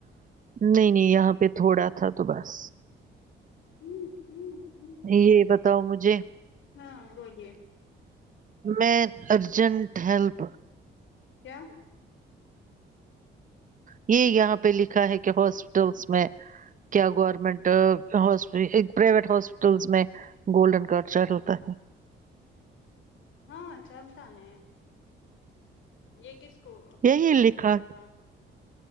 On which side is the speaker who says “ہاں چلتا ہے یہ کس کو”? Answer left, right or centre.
Left